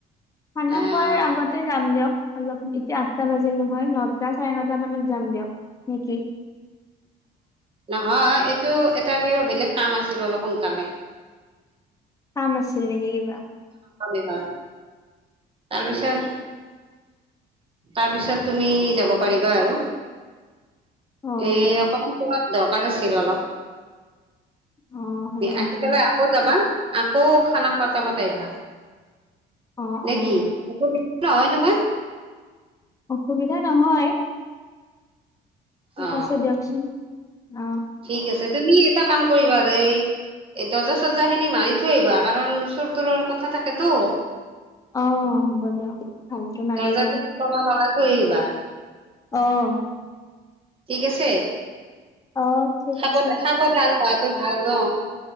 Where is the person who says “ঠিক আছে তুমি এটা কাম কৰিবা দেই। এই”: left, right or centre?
Right